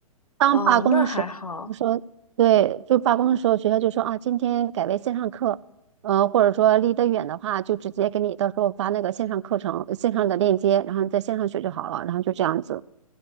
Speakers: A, on the right (about 55°); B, on the left (about 85°).
A: 当罢工的时候，
B: 哦，那还好。
A: 就说对，就罢工的时候，学校就说啊，今天改为线上课，呃，或者说离得远的话，就直接给你到时候发那个线上课程、线上的链接，然后你在线上学就好了，然后就这样子。